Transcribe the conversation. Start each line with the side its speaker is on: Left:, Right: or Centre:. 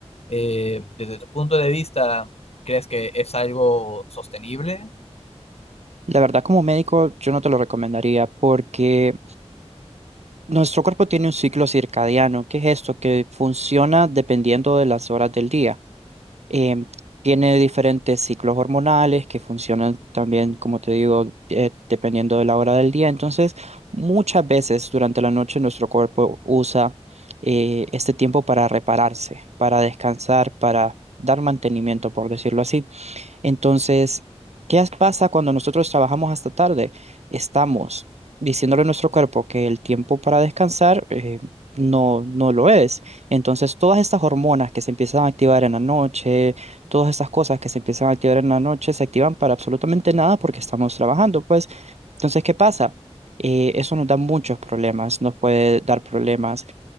Left: Eh, desde tu punto de vista, ¿crees que es algo sostenible?
Right: La verdad, como médico, yo no te lo recomendaría porque nuestro cuerpo tiene un ciclo circadiano, que es esto, que funciona dependiendo de las horas del día. Em, tiene diferentes ciclos hormonales que funcionan también, como te digo, eh, dependiendo de la hora del día. Entonces, muchas veces durante la noche nuestro cuerpo usa eh, este tiempo para repararse, para descansar, para dar mantenimiento, por decirlo así. Entonces, ¿qué as- pasa cuando nosotros trabajamos hasta tarde? Estamos diciéndole a nuestro cuerpo que el tiempo para descansar eh, no, no lo es. Entonces, todas estas hormonas que se empiezan a activar en la noche, todas estas cosas que se empiezan a activar en la noche, se activan para absolutamente nada porque estamos trabajando, pues. Entonces, ¿qué pasa? Eh, eso nos da muchos problemas, nos puede dar problemas